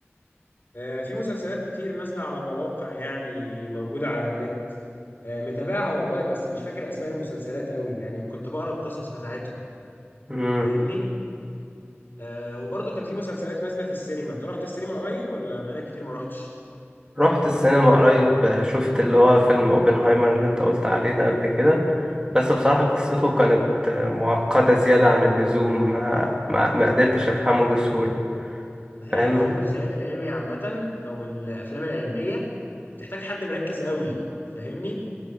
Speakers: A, on the left; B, on the right.
A: آه في مسلسلات كتير نازلة على مواقع يعني موجودة على النت آه متابعها والله بس مش فاكر أسماء المسلسلات قوي يعني كنت بقرأ القصص بتاعتهم
B: مم.
A: فاهمني؟ آه وبرضه كان في مسلسلات نازلة في السينما أنت رحت السينما قريب ولا بقالك كتير ما رحتش؟
B: رحت السينما قريب آه، شفت اللي هو فيلم أوبنهايمر اللي أنت قلت عليه ده قبل كده بس بصراحة قصته كانت آه، معقدة زيادة عن اللزوم ما ما- ما قدرتش أفهمه بسهولة
A: ما هي
B: فاهم
A: افلام الخيال العلمي عامه او الافلام العلميه بتحتاج حد مركز قوي فاهمني